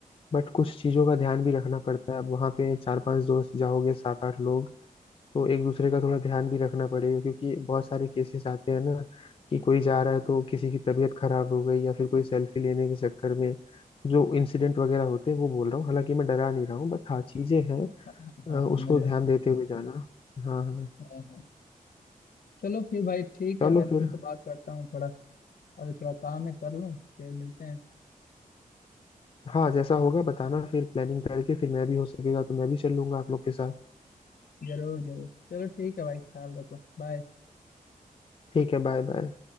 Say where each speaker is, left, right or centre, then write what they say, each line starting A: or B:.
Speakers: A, on the left (about 40°); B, on the left (about 85°).
A: बट कुछ चीज़ों का ध्यान भी रखना पड़ता है अब वहाँ पे चार पांच दोस्त जाओगे सात आठ लोग तो एक दूसरे का थोड़ा ध्यान भी रखना पड़ेगा क्योंकि बहुत सारे केसेस आते हैं ना कि कोई जा रहा है तो किसी की तबीयत खराब हो गई या फिर कोई सेल्फी लेने के चक्कर में जो इंसिडेंट वगैरह होते हैं वो बोल रहा हूँ हालांकि मैं डरा नहीं रहा हूँ बट हाँ चीजें हैं
B: हाँ हाँ
A: अ,
B: समझ
A: उसको
B: रहा
A: ध्यान देते हुए जाना हाँ हाँ
B: हाँ हाँ चलो फिर भाई ठीक
A: चलो
B: है मैं तुमसे
A: फिर
B: बात करता हूँ थोड़ा अभी थोड़ा काम है कर लूँ फिर मिलते हैं
A: हाँ जैसा होगा बताना फिर प्लानिंग करके फिर मैं भी हो सकेगा तो मैं भी चल लूंगा आप लोग के साथ
B: जरूर जरूर चलो ठीक है भाई ख्याल रखो बाय
A: ठीक है बाय बाय